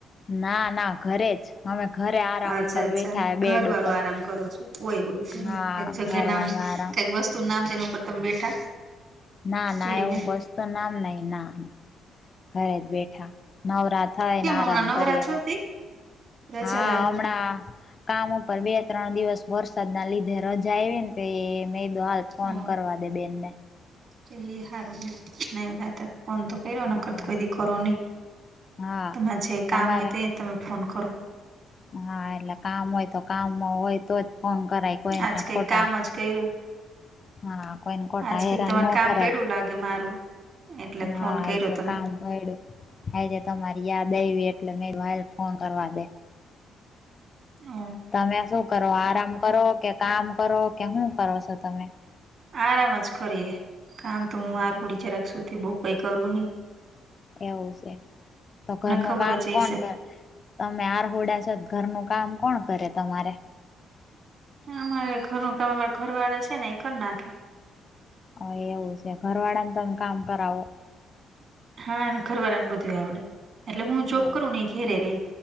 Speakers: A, on the left; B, on the right.
A: ના ના ઘરે જ અમે ઘરે આરામ
B: અચ્છા-અચ્છા.
A: ઉપર બેઠા
B: ઘર
A: બેડ
B: વાળું
A: ઉપર
B: આરામ કરો છો. ઓય-ઓય. કાંઈક
A: હા
B: જગ્યા
A: ઘર
B: નામસ,
A: વાળું આરામ
B: કાંઈક વસ્તુનું નામ સે એના ઉપર તમે બેઠા.
A: ના,
B: ચડીને
A: ના એવું વસ્ત નામ નહીં, ના. ઘરે જ બેઠ ઠા નવરા થઈ
B: કેમ
A: ને, આરામ
B: હમણાં નવરા
A: કરીએ
B: છો
A: હવે.
B: તી રજા
A: હા
B: લાગેલી
A: હમણાં કામ ઉપર બે-ત્રણ દિવસ વરસાદ ના લીધે રજા આયવીન તે મેં દો હાલ ફોન
B: હ
A: કરવા દે બેનને.
B: <unintelligible> ફોન તો કયરો, નકર
A: હા
B: તો કોઈ દી કરો નહીં.
A: હા
B: તમારે જે
A: તમારે
B: કામ હોય તે તમે ફોન કરો.
A: હા એટલે કામ હોય તો કામમાં હોય તો જ ફોન કરાય. કોઈને
B: આજ કંઈ
A: ખોટા
B: કામ જ કયરું.
A: હા કોઈને ખોટા
B: આજ કંઈક
A: હેરાન
B: તમાર
A: ન
B: કામ
A: કરાય
B: પયડું લાગે હે મારું. એટલે
A: હા
B: ફોન
A: આજે
B: કર્યો તમે.
A: <unintelligible> આજે તમારી યાદ આયવી એટલે મેં કીધું હાયલ ફોન કરવા દે.
B: હા.
A: તમે શું કરો? આરામ કરો, કે કામ કરો, કે હું કરો સો તમે?
B: આરામ જ કરીએ. કામ તો
A: હા
B: હું આરકુડી જરાક સૂતી બહું કાંઈ કરું નહીં.
A: એવું સે. તો ઘરનું
B: ખબર
A: કામ
B: જ
A: કોણ
B: હશે
A: કરે? તમે આરહુડા સો તો ઘરનું કામ કોણ કરે તમારે?
B: અમારે ઘરનું કામ અમારા ઘર વાળા છે ને ઈ કર નાખે.
A: અહ એવું સે ઘરવાળા ને તમે કામ કરાવો.
B: હા. એને ઘરવાળાને બધું આવડે. એટલે હું જોબ
A: એવું
B: કરું ને ઈ ઘેરે રેય.